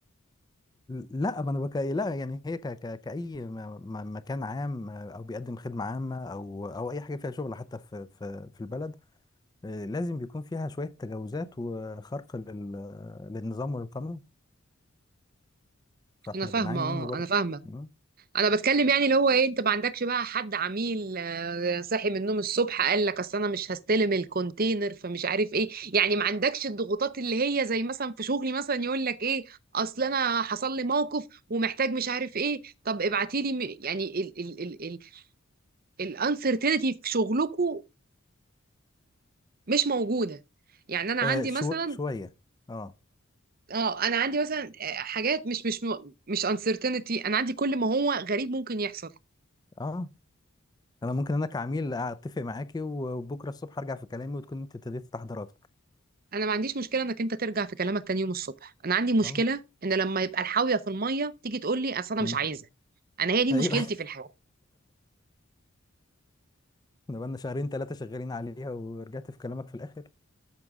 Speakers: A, on the left; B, on the right.
A: لا ما انا بك... لا يعني هي ك... ك... كأي م... م... مكان عام آه، او بيقدم خدمة عامة او او اي حاجة فيها شغل حتى في في, في البلد آه، لازم بيكون فيها شوية تجاوزات وخرق لل... للنظام والقانون فاحنا
B: انا فاهمه
A: بنعاني
B: اه
A: منه برضو
B: انا فاهمه
A: مم.
B: انا بتكلم يعني اللي هو ايه انت ما عندكش بقى حد عميل آه، صاحي من النوم الصبح قال لك اصل انا مش هستلم الكونتينر فمش عارف ايه يعني ما عندكش الضغوطات اللي هي زي مثلا في شغلي مثلا يقول لك ايه اصل انا حصل لي موقف ومحتاج مش عارف ايه طب ابعتي لي م- يعني ال ال ال ال الانسرتينتي في شغلكم مش موجوده يعني انا عندي
A: آه شو...
B: مثلا
A: شوية اه
B: اه انا عندي مثلا آه، حاجات مش مش م- مش uncertainty انا عندي كل ما هو غريب ممكن يحصل
A: اه انا ممكن انا كعميل اتفق معاكي وبكرة الصبح ارجع في كلامي وتكون انت ابتديت تحضيراتك
B: انا ما عنديش مشكله انك انت ترجع في كلامك تاني يوم الصبح انا عندي مشكله
A: اه
B: ان لما يبقى الحاويه في الميه تيجي تقول لي اصل انا
A: مم.
B: مش عايزه انا هي دي
A: ايوه
B: مشكلتي
A: <laughs>
B: في الحياه
A: احنا بقالنا شهرين ثلاثة شغالين عليها ورجعت في كلامك في الاخر